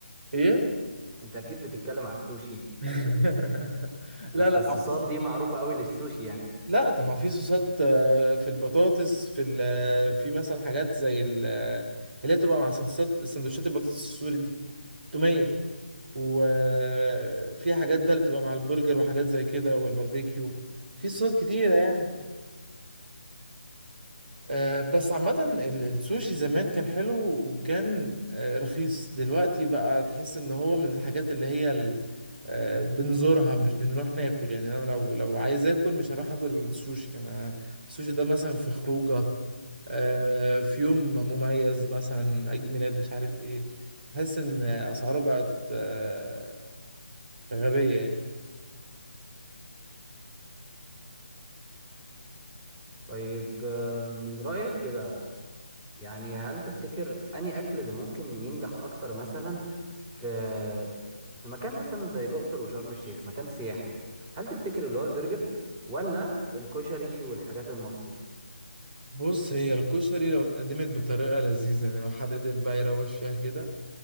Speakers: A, on the right; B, on the right.
A: ايه
B: انت اكيد بتتكلم على السوشي
A: <laughs> لا
B: اصل
A: لا
B: الصوصات
A: عموماً-
B: دي معروفه قوي للسوشي يعني
A: لا طب ما في صوصات آه، في البطاطس في ال... آه، في مثلا حاجات زي ال... آه، اللي هي بتبقى مع سندوتشات سندوتشات البطاطس السوري دي تومية وفي حاجات بقى اللي بتبقى مع البرجر وحاجات زي كده والباربيكيو في صوصات كتيرة يعني آه، بس عامة ال- السوشي زمان كان حلو وكان آه، رخيص دلوقتي بقى تحس ان هو من الحاجات اللي هي ال- آه، بنزورها مش بنروح ناكل يعني انا لو لو عايز اكل مش هروح اكل السوشي انا السوشي ده مثلا في خروجه آه، في يوم مميز مثلا عيد ميلاد مش عارف ايه تحس ان اسعاره بقت آه، غبية يعني
B: طيب آه، من رايك كده يعني هل تفتكر أنهي أكل اللي ممكن ينجح أكتر مثلا في في مكان مثلا زي الأقصر وشرم الشيخ مكان سياحي هل تفتكر اللي هو البرجر ولا الكشري والحاجات المصري
A: بص هي الكشري لو اتقدمت بطريقة لذيذة يعني لو حد قدر بقى يروش فيها كده